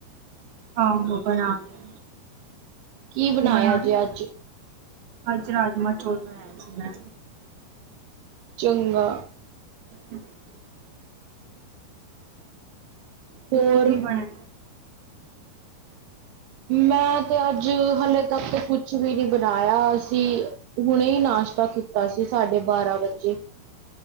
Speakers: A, on the right (about 70°); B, on the right (about 80°).
A: ਆਹੋ ਬਣਾ ਲਿਆ
B: ਕੀ
A: ਤੁਸੀਂ
B: ਬਣਾਇਆ
A: ਬਣਾ
B: ਜੇ
A: ਲਿਆ।
B: ਅੱਜ?
A: ਅੱਜ ਰਾਜਮਾਂ ਚੋਲ ਬਣਾਏ ਸੀ ਮੈਂ।
B: ਚੰਗਾ
A: ਹ <inaudible> ਤੂੰ
B: ਹੋਰ
A: ਕਿ ਕੀ ਮ <inaudible>
B: ਮੈਂ ਤੇ ਅੱਜ ਹਲੇੇ ਤੱਕ ਤੇ ਕੁਛ ਕੂੱਛ ਵੀ ਨੀ ਬਣਾਇਆ ਅਸੀਂ ਹੁਣੇ ਹੀ ਨਾਸ਼ਤਾ ਕੀਤਾ ਸੀ ਸਾਢੇ ਬਾਰਾਂ ਵਜੇ।